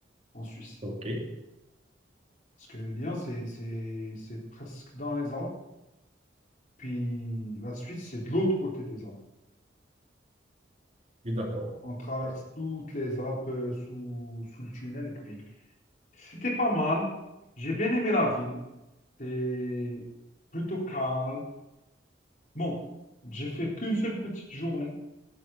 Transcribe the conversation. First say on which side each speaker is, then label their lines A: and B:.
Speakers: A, on the left (about 45°); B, on the right (about 35°).
A: en Suisse.
B: Ok, oui,
A: Parce que Lyon, c'est c'est- c'est presque dans les Alpes. Puis la Suisse, c'est de l'autre côté des Alpes.
B: d'accord.
A: On traverse
B: Ouais,
A: toutes les Alpes euh, sous, sous le tunnel. Et puis, c'était pas mal. J'ai bien aimé la ville. C'est plutôt calme. Bon, j'ai fait qu'une seule petite journée.